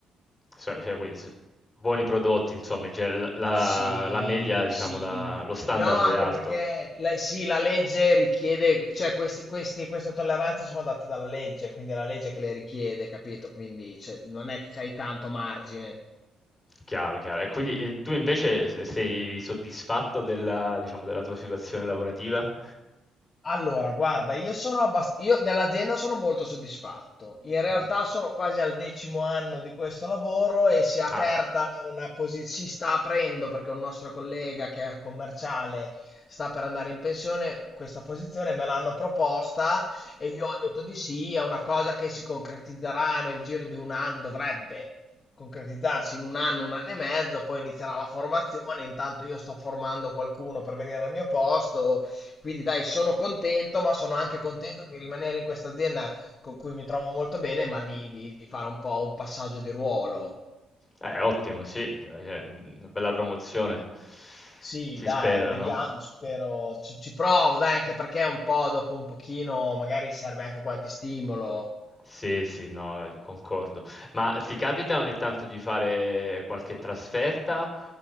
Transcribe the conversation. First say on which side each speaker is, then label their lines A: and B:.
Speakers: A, on the left (about 15°); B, on the left (about 35°).
A: So cioè quindi s buoni prodotti insomma, in genere l la
B: Sì,
A: la media diciamo
B: sì.
A: la lo standard
B: No, anche
A: è alto.
B: perché la, sì, la legge richiede, cioè questi, questi, queste tolleranze sono date dalla legge, quindi è la legge che le richiede, capito? Quindi cioè, non è che c'hai tanto margine.
A: Chiaro, chiaro. E quindi, ehm, tu invece se sei soddisfatto della diciamo della tua situazione lavorativa?
B: Allora, guarda, io sono abbast- io dell'azienda sono molto soddisfatto. In realtà
A: Mh.
B: sono quasi al decimo anno di questo lavoro e si è aperta
A: Ah.
B: una posizione, si sta aprendo perché un nostro collega che è commerciale sta per andare in pensione, questa posizione me l'hanno proposta e io ho detto di sì, è una cosa che si concretizzerà nel giro di un anno, dovrebbe concretizzarsi in un anno, un anno e mezzo, poi inizierà la formazione, intanto io sto formando qualcuno per venire al mio posto quindi dai, sono contento, ma sono anche contento di rimanere in questa azienda con cui mi trovo molto bene, ma di, di- di fare un po' un passaggio di ruolo.
A: Eh, ottimo, sì, cioè, mh, una bella promozione,
B: Sì,
A: si
B: dai,
A: spera,
B: vediamo,
A: no?
B: spero. Ci, ci provo, dai, anche perché un po' dopo un pochino magari serve anche qualche stimolo.
A: Sì, sì, no, eh, concordo. Ma ti capita ogni tanto di fare qualche trasferta